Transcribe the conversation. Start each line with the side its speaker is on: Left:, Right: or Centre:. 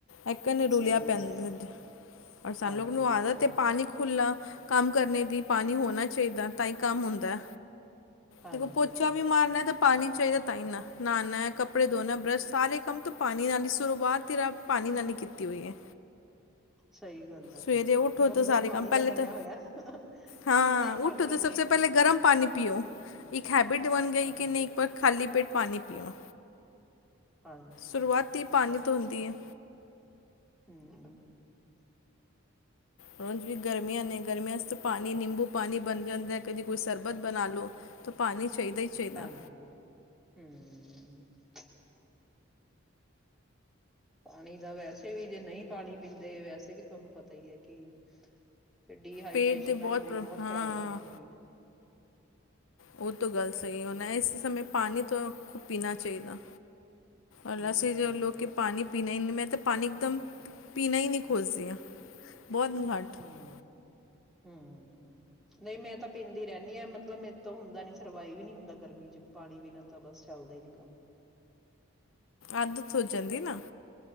Left: ਇੱਕਨ ਰੁਲਿਆ
Centre: ਸਹੀ
Left: ਪੈਂਦਾ,
Centre: ਗੱਲ ਹੈ
Left: ਔਰ ਸਾਨੂੰ
Centre: ਹਾਂਜੀ
Left: ਵੀ ਉਹ ਆਦਤ
Centre: ਇਹ ਤਾਂ ਹੈ
Left: ਏ ਪਾਣੀ ਖੁੱਲਾ ਕੰਮ ਕਰਨੇ ਦੀ ਪਾਣੀ ਹੋਣਾ ਚਾਹੀਦਾ ਤਾਂ ਹੀ ਕੰਮ ਹੁੰਦਾ।
Centre: ਹਾਂਜੀ
Left: ਦੇਖੋ ਪੋਚਾ
Centre: ਇਹ ਤਾਂ ਹੈ
Left: ਵੀ ਮਾਰਨਾ ਤੇ ਪਾਣੀ ਚਾਹੀਦਾ ਤਾਂ ਈ ਨਾ। ਨਹਾਣਾ, ਕੱਪੜੇ ਧੋਣਾ, ਬਰੱਸ਼ ਸਾਰੇ ਕੰਮ ਤਾਂ ਪਾਣੀ ਨਾਲ ਹੀ ਸ਼ੁਰੂਆਤ ਹੀ ਰੱਬ ਪਾਣੀ ਨਾਲ ਹੀ ਕੀਤੀ ਹੋਈ ਹੈ।
Centre: ਸਹੀ ਗੱਲ ਹੈ।
Left: ਸਵੇਰੇ ਉੱਠੋ
Centre: ਬੰਦਾ
Left: ਤਾਂ ਸਾਰੇ
Centre: ਹੀ ਪਾਣੀ
Left: ਕੰਮ ਪਹਿਲੇ
Centre: ਦਾ ਬਣਿਆ
Left: ਤਾਂ,
Centre: ਹੋਇਆ
Left: ਹਾਂ
Centre: ਬੰਦਾ ਹੀ ਪਾਣੀ
Left: ਉੱਠੋ
Centre: ਦਾ
Left: ਤੇ ਸਭਸੇ
Centre: ਬਣਿਆ ਪਹਿਲਾਂ
Left: ਪਹਿਲੇ ਗਰਮ
Centre: ਤਾਂ
Left: ਪਾਣੀ ਪੀਓ। ਇੱਕ ਹੈਬਿਟ ਬਣ ਗਈ
Centre: ਹਾਂਜੀ।
Left: ਕਿ ਨਹੀਂ ਪਰ ਖਾਲੀ ਪੇਟ ਪਾਣੀ ਪੀਓ।
Centre: ਹਾਂਜੀ
Left: ਸ਼ੁਰੂਆਤ ਈ ਪਾਣੀ ਤੋ ਹੁੰਦੀ ਹੈ।
Centre: ਹੂੰ-ਹੂੰ
Left: ਹੂੰ ਜਿਵੇਂ ਗਰਮੀਆਂ ਨੇ ਗਰਮੀਆਂ ਵਿੱਚ ਤਾਂ ਪਾਣੀ ਨਿੰਬੂ ਪਾਣੀ ਬਣ ਜਾਂਦਾ ਹੈ ਕਦੀ ਕੋਈ ਸਰਬਤ ਬਣਾ ਲਉ ਤਾਂ ਪਾਣੀ ਚਾਹੀਦਾ ਹੀ ਚਾਹੀਦਾ
Centre: ਹਾਂਜੀ ਹੂੰ। <unintelligible> ਪਾਣੀ ਦਾ ਵੈਸੇ ਵੀ ਜੇ ਨਹੀਂ ਪਾਣੀ ਪੀਂਦੇ ਵੈਸੇ ਵੀ ਤੁਹਾਨੂੰ ਪਤਾ ਹੀ ਹੈ ਕਿ ਫਿਰ ਡੀਹਾਈਡ੍ਰੇਸ਼ਨ
Left: ਪੇਟ ਦੇ
Centre: ਨਾਲ ਹੋਰ
Left: ਪ੍ਰੋ-
Centre: ਬਹੁਤ
Left: ਹਾਂ
Centre: ਪ੍ਰੋਬਲਮ ਹੁੰਦੀਆ।
Left: ਉਹ ਤੋਂ ਗੱਲ ਸਹੀ ਹੁਣ ਇਸ ਸਮੇਂ ਪਾਣੀ ਤੋਂ ਪੀਣਾ ਚਾਹੀਦਾ। ਔਰ
Centre: ਹੂੰ
Left: ਅਸੀਂ ਜੋ ਲੋਕ ਕੇ ਪਾਣੀ ਪੀਣੇ ਮੈਂ ਤਾਂ ਪਾਣੀ ਇਕਦਮ, ਪੀਣਾ ਹੀ ਨਹੀਂ ਖੋਜਦੀ ਹਾਂ। ਬਹੁਤ ਘੱਟ
Centre: ਹੂੰ ਹੂੰ ਨਹੀਂ ਮੈਂ ਤਾਂ ਪੀਂਦੀ ਰਹਿੰਨੀ ਹਾਂ ਮਤਲਬ ਮੇਰੇ ਤੋਂ ਹੁੰਦਾ ਨੀ ਸਰਵਾਈਵ ਹੀ ਨੀ ਹੁੰਦਾ ਗਰਮੀ 'ਚ ਪਾਣੀ ਬਿਨਾਂ ਤਾਂ ਬਸ ਚੱਲਦਾ ਹੀ ਨੀ ਕੰਮ।
Left: ਆਦਤ ਹੋ ਜਾਂਦੀ ਨਾ